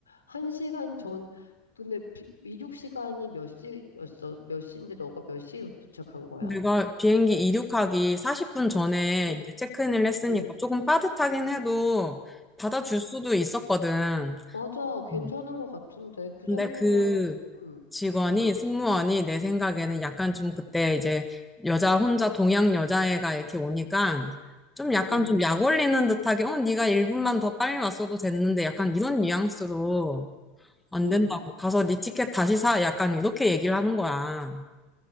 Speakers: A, on the left; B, in the centre.
A: 한 시간 전, 근데 비, 이륙 시간이 몇 시였어? 몇 시인데 너가 몇 시에 도착한 거야?
B: 내가 비행기 이륙하기 40분 전에
A: 응.
B: 이제 체크인을 했으니까
A: 응.
B: 조금 빠듯하긴 해도 받아줄 수도 있었거든.
A: 맞아. 괜찮은
B: 음.
A: 것 같은데. 그
B: 근데
A: 정도면,
B: 그
A: 그, 응,
B: 직원이,
A: 응,
B: 승무원이 내 생각에는 약간 좀 그때 이제 여자 혼자 동양 여자애가 이렇게 오니까 좀 약간
A: 응,
B: 좀 약 올리는 듯하게 어, 네가 1분만 더 빨리 왔어도 됐는데 약간 이런 뉘앙스로 안
A: 응.
B: 된다고 가서 네 티켓 다시 사 약간 이렇게 얘기를 하는 거야.